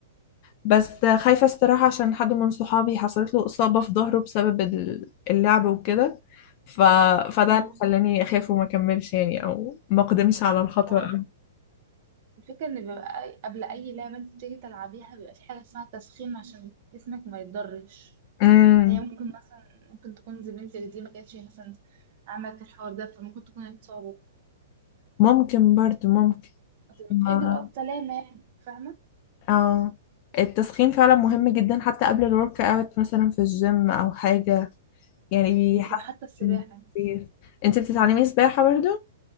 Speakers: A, on the left; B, on the right.
A: بس خايفة الصراحة عشان حد من صحابي حصلت له إصابة في ظهره بسبب ال- اللعب وكده ف... فده
B: مم.
A: اللي خلاني أخاف وما أكملش يعني أو ما أقدمش على الخطوة
B: هو
A: أوي.
B: الفكرة ان بيبقى أي- قبل اي لعبة انت بتيجي تلعبيها بيبقى في حاجة اسمها تسخين عشان جسمك ما يتضرش
A: امم
B: هي ممكن مثلا ممكن تكون زميلتك دي ما كانتش مثلا عملت الحوار ده فممكن تكون اتصابت
A: ممكن برضو ممكن
B: بس بيبقى
A: ما...
B: في إجراءات سلامة يعني فاهمة
A: أو التسخين فعلا مهم جدا حتى قبل الورك اوت مثلا في الجيم أو حاجة يعني بيحسن
B: بالظبط حتى السباحة
A: كتير انت بتتعلمي سباحة برضو؟